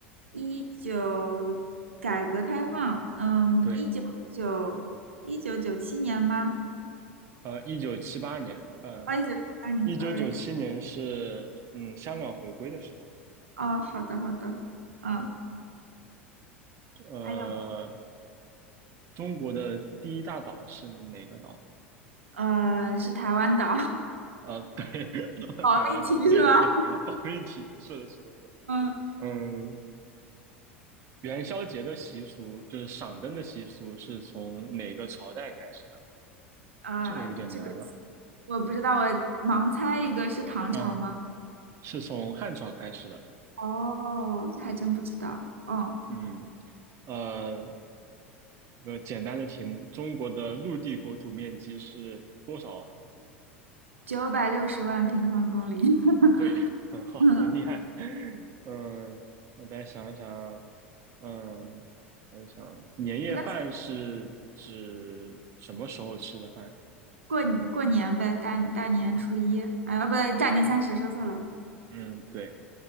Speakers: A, on the right (about 75°); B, on the right (about 40°).
A: 一九改革开放，嗯，
B: 对，
A: 一九九一九九七年吗？
B: 呃，一九七八年。呃，
A: 啊，一九七八年，sorry。
B: 一九九七年是嗯香港回归的时候。
A: 哦，好的，好的。嗯，
B: 嗯，呃。
A: 还有，
B: 中国的第一大岛是哪个岛？
A: 呃，是台湾岛，
B: 呃，对，
A: <laughs>
B: <laughs>
A: 保命题是吧？
B: 台湾岛，对对对，保命题，是的，是的，是的。
A: 嗯，
B: 嗯，元宵节的习俗就是赏灯的习俗是从哪个朝代开始的？
A: 啊，
B: 这个有点难了。
A: 这个我不知道，我盲猜一个是唐朝吗？
B: 嗯，是从汉朝开始的。
A: 哦，这还真不知道。哦
B: 嗯，呃，一个简单的题目，中国的陆地国土面积是多少
A: 九百六十万平方公里。<laughs>
B: 对，很好，
A: 嗯，
B: 很厉害。嗯，我再想一想，嗯，再想，年夜饭是指什么时候吃的饭？
A: 没关系，过过年呗，大大年初一，啊，哦不，对，大年三十，说错了。
B: 嗯，对，